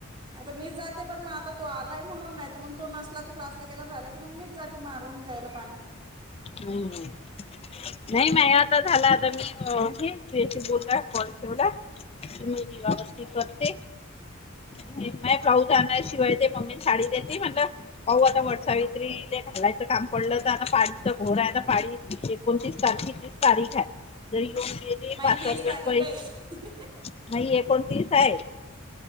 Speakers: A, on the right; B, on the left.
A: आता मी जाते पण आता तो आलाय म्हणून नाही तर मग तो नसला तो क्लासला गेला राहिला की मग मी जाते मारून द्यायला पाणी
B: नाही नाही नाही मा आता झाला आता मी हे बोलला कॉल ठेवला. मुलगी आवरते करते
A: <unintelligible>
B: म ब्लाऊज आणाशिवाय ते मम्मी साडी देते म्हणलं पाह आता वटसावित्रीले घालायचं. काम पडलं तर पाणी घर आहे आता पाळी एकोणतीस तारखे तीस तारीख आहे जरी येऊन गेली
A: माझी
B: पाच
A: तीस
B: स दिवस
A: तारीख
B: पै
A: आहे
B: नाही एकोणतीस आहे